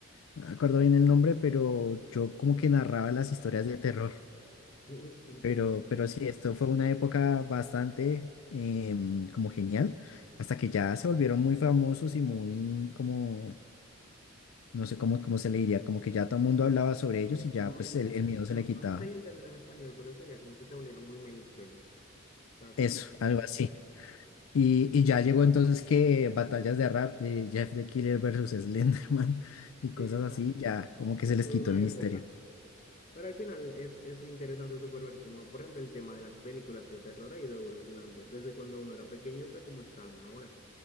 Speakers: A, on the left; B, on the left.
A: No me acuerdo bien el nombre, pero yo como que narraba las historias de terror.
B: In- Increíble.
A: Pero, pero sí, esto fue una época bastante em, como genial, hasta que ya se volvieron muy famosos y muy como no sé cómo, cómo se le diría, como que ya todo el mundo hablaba sobre ellos y ya
B: Mainstream.
A: pues el, el miedo
B: No,
A: se le quitaba.
B: no sé si hay un término en español, pero sería como que se volvieron muy mainstream. O sea, como
A: Eso,
B: que
A: algo así. Y, y ya llegó entonces que batallas de rap de Jeff the Killer versus Slenderman y cosas
B: sí, o
A: así,
B: sea,
A: ya como que
B: fue
A: se les
B: toda
A: quitó
B: una
A: el misterio.
B: época. Pero al final es, es interesante súper ver como, por ejemplo, el tema de las películas de terror ha ido evolucionando. Desde cuando uno era pequeño hasta como están ahora.